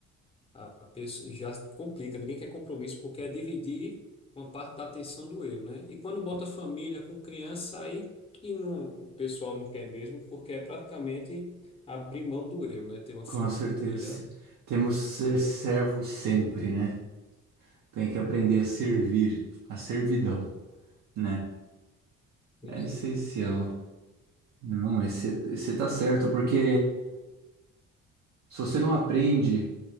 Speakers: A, on the left; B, on the right.
A: a pessoa já complica. Ninguém quer compromisso porque é dividir uma parte da atenção do eu, né? E quando bota família com criança, aí que não, o pessoal não quer mesmo, porque é praticamente abrir mão do eu, né? Ter uma família.
B: Com certeza. Temos que ser servo sempre, né? Tem que aprender a servir, a servidão, né?
A: Pois
B: É essencial.
A: é.
B: Não, mas você tá certo, porque Se você não aprende,